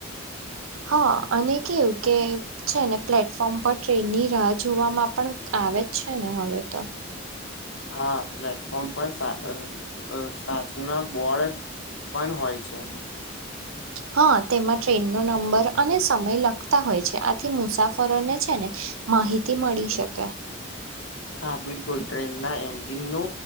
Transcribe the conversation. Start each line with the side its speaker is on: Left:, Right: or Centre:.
Right: હા અને કેવું કે છે ને પ્લેટફોર્મ પર ટ્રેનની રાહ જોવામાં પણ આવે જ છે ને હવે તો.
Left: હા પ્લેટફોર્મ પર સાર અ સાચના બોળ પણ હોય છે.
Right: હા તેમાં ટ્રેનનો નંબર અને સમય લખતા હોય છે આથી મુસાફરોને છે ને માહિતી મળી શકે.
Left: હા બિલકુલ ટ્રેન ના એન્જિન નુ